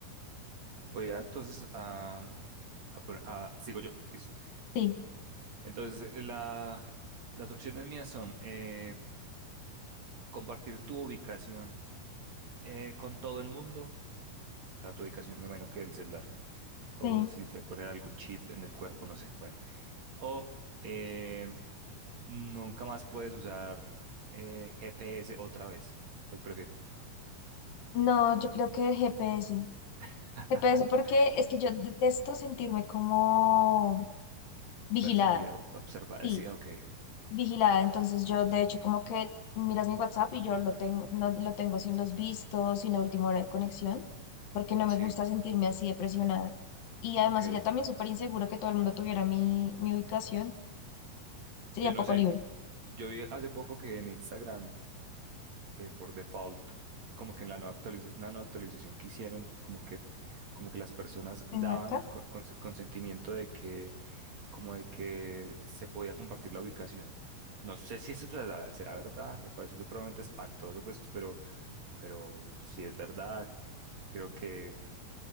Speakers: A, on the right (about 50°); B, on the left (about 70°).
A: Voy a entonces a, a por- a- sigo yo, listo.
B: sí,
A: Entonces, la- las opciones mías son eh, compartir tu ubicación eh, con todo el mundo, o sea, tu ubicación, me imagino que el celular, o
B: sí.
A: si te ponen algún chip en el cuerpo, no sé, bueno. O eh, nunca más puedes usar eh, GPS otra vez. ¿Cuál prefieres?
B: No, yo creo que el GPS.
A: <laughs>
B: Me parece porque es que yo detesto sentirme como vigilada.
A: Perseguida, o- observada,
B: Sí,
A: sí, ok,
B: vigilada. Entonces yo de hecho como que miras mi WhatsApp y yo lo tengo, no, lo tengo sin los vistos, sin la última hora de conexión, porque no
A: sí,
B: me gusta sentirme así de presionada Y además
A: ok.
B: sería también súper inseguro que todo el mundo tuviera mi, mi ubicación. Sería
A: Yo no
B: poco
A: sé,
B: libre.
A: yo vi hace poco que en Instagram que por default, como que en la nueva actualiza- una nueva actualización que hicieron, como que, como que las personas
B: ¿Te
A: daban
B: marca?
A: co- cons- consentimiento de que, como de que se podía compartir la ubicación. No sé si eso será, será verdad, me parece supremamente espantoso, pues, pero, pero si es verdad, creo que,